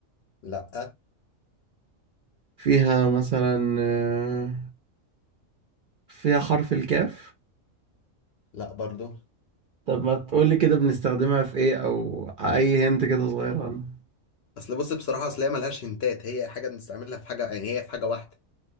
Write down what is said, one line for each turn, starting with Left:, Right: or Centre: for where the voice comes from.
Left: لأ
Right: فيها مثلا آه، فيها حرف الكاف
Left: لأ برضو
Right: طب ما تقولي كده بنستخدمها في إيه أو أي هنت كده صغير عنها
Left: أصل بص بصراحة أصل هي ملهاش هنتات هي حاجة بنستعملها في حاجة يعني هي في حاجة واحدة